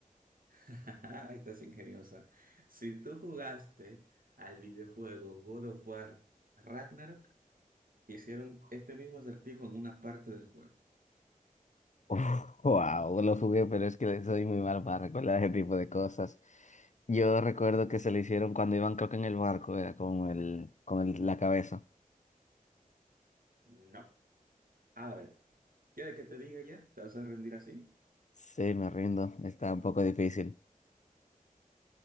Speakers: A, on the right (about 80°); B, on the left (about 60°).
A: <laughs> Estás ingeniosa. Si tú jugaste al videojuego God of War Ragnarok, hicieron este mismo acertijo en una parte del juego.
B: <laughs> Uf, wow, lo jugué, pero es que soy muy mal para recordar ese tipo de cosas. Yo recuerdo que se lo hicieron cuando iban, creo que en el barco, era con el, con el- la cabeza.
A: No. A ver, ¿quieres que te diga ya? ¿Te vas a rendir así?
B: Sí, me rindo, está un poco difícil.